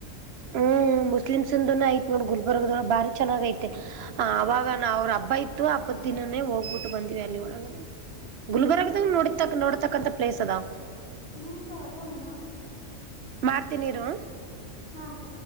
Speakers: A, on the right (about 60°); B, on the left (about 85°).
A: ಹ್ಮ್ ಮುಸ್ಲಿಮ್ಸ್ಂದ ಆಯ್ತ್ ನೋಡ್ ಗುಲ್ಬರ್ಗದ ಬಾರಿ ಚೆನ್ನಾಗ ಐತೆ. ಹ ಅವಾಗಾ ಅವ್ರ ಹಬ್ಬ ಇತ್ತು ಹಬ್ಬದ ದಿನನೇ ಹೋಗ್ಬಿಟ್ಟು ಬಂದಿವವಿ ಅಲ್ಲಿ ಒಳಗ.
B: ಹ್ಮ್
A: ಗುಲ್ಬರ್ಗ್ ದಾಗ ನೋಡತ ನೋಡತಕ್ಕಂತ ಪ್ಲೇಸ್ ಅದಾ.
B: ಹ್ಮ ಕ ಅದ ಮನಾರ್.
A: ಮಾಡ್ತೀನಿರು.
B: ಹಾ ಅಕ್ಕ.